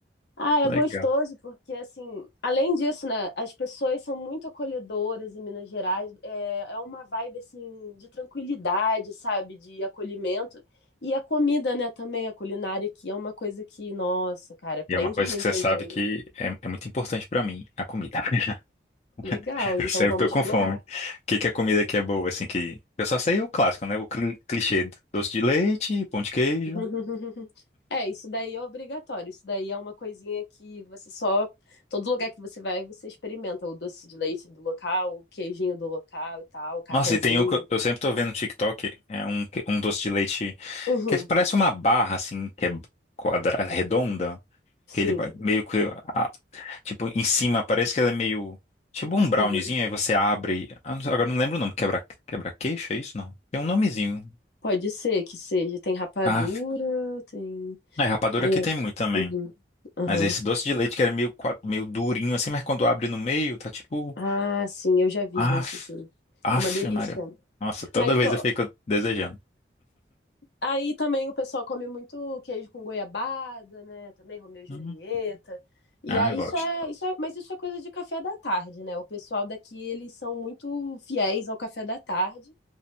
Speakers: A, on the left; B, on the left.
A: Ah, é
B: Legal.
A: gostoso, porque assim, além disso, né, as pessoas são muito acolhedoras em Minas Gerais, é, é uma vibe assim de tranquilidade, sabe, de acolhimento. E a comida, né, também, a culinária aqui é uma coisa que, nossa, cara, prende
B: E é uma coisa
A: muito
B: que você sabe
A: a gente.
B: que é, é muito importante pra mim, a comida. <laughs>
A: Legal,
B: Eu
A: então
B: sempre
A: vamos
B: tô com
A: explorar.
B: fome. O que que a comida aqui é boa, assim, que... Eu só sei o clássico, né? O cli- clichê. Doce de leite, pão de queijo.
A: <laughs> É, isso daí é obrigatório, isso daí é uma coisinha que você só, todo lugar que você vai, você experimenta o doce de leite do local, o queijinho do local e tal, o cafezinho.
B: Nossa, e tem um que eu eu sempre tô vendo no TikTok, é um, que- um doce de leite
A: <laughs>
B: que é, parece uma barra, assim, que é quadra, redonda.
A: Sim.
B: Que ele vai meio que, ah, tipo, em cima parece que ela é meio, tipo um browniezinho,
A: Uhum.
B: aí você abre, ah, não sei, agora não lembro o nome, quebra, quebra-queixo, é isso? Não. Tem um nomezinho.
A: Pode ser que seja. Tem rapadura,
B: Ah,
A: tem.
B: é, rapadura
A: Aí
B: aqui
A: eu...
B: tem muito também.
A: Uhum. Aham.
B: Mas esse doce de leite que era meio, qua- meio durinho assim, mas quando abre no meio, tá tipo,
A: Ah, sim, eu já vi
B: af,
A: desse, sim.
B: af,
A: É uma delícia.
B: Maria. Nossa, toda
A: Mas,
B: vez
A: ó,
B: eu fico desejando.
A: aí também o pessoal come muito queijo com goiabada, né? Também Romeu e Julieta.
B: Hum.
A: E
B: Ah,
A: aí
B: eu gosto.
A: isso é, isso é, mas isso é coisa de café da tarde, né? O pessoal daqui, eles são muito fiéis ao café da tarde.